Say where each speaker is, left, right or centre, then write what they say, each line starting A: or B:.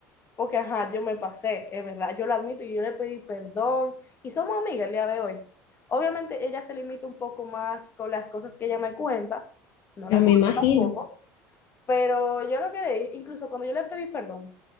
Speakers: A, on the left; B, on the left.
A: Porque, ajá, yo me pasé, es verdad, yo lo admito y yo le pedí perdón y somos amigas el día de hoy. Obviamente ella se limita un poco más con las cosas que ella me cuenta, no
B: Yo
A: la
B: me
A: culpo
B: imagino.
A: tampoco, pero yo lo que le leí, incluso cuando yo le pedí perdón,